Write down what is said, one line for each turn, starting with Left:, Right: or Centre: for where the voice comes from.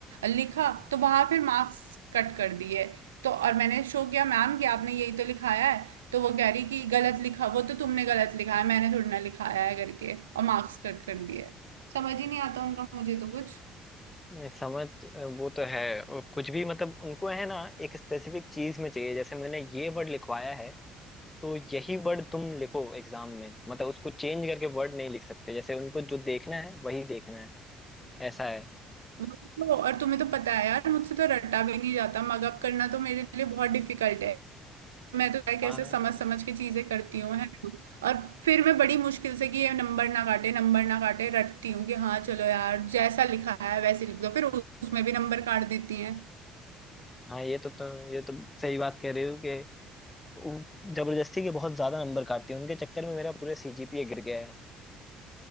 Right: लिखा तो वहां फिर मार्क्स कट कर दिए तो और मैंने शो किया मैम कि आपने यही तो लिखाया है तो वो कह रही कि गलत लिखा वो तो तुमने गलत लिखा है मैंने थोड़ी ना लिखाया है करके और मार्क्स कट कर दिए है समझ ही नहीं आता उनका मुझे तो कुछ
Left: नहीं समझ अ, वो तो है और कुछ भी मतलब उनको है ना एक स्पेसिफिक चीज में चाहिए जैसे मैंने ये वर्ड लिखवाया है तो यही वर्ड तुम लिखो एग्जाम में मतलब उसको चेंज करके वर्ड नहीं लिख सकते जैसे उनको जो देखना है वही देखना है ऐसा है
Right: वही तो, और तुम्हें तो पता है यार मुझसे तो रटा भी नहीं जाता मग अप करना तो मेरे लिए बहुत डिफिकल्ट है मैं तो यार कैसे
Left: हाँ
Right: समझ समझ के चीजें करती हूँ है ना? और फिर मैं बड़ी मुश्किल से कि ये नंबर ना काटे नंबर ना काटे रटती हूँ कि हाँ चलो यार जैसा लिखा है वैसे लिख दो फिर उसमें भी नंबर काट देती हैं
Left: हाँ ये तो तुम ये तो सही बात कह रहे हो कि वो जबरदस्ती के बहुत ज्यादा नंबर काटते हैं उनके चक्कर में मेरा पूरा सीजीपीए गिर गया है